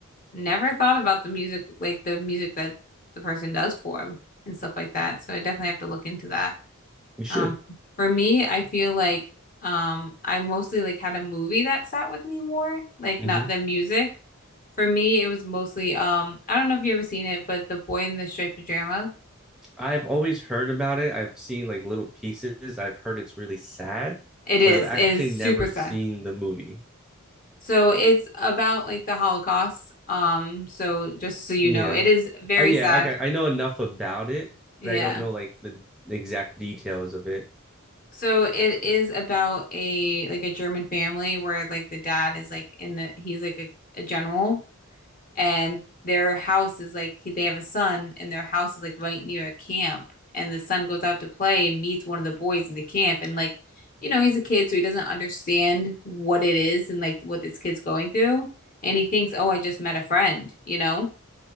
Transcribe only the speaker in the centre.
should.
Mm-hmm.
I've always heard about it. I've seen like little pieces. I've heard it's really sad,
but I've actually
never
seen the movie.
Yeah.
Uh, yeah,
like I, I know enough about it,
but I don't know like the exact details of it.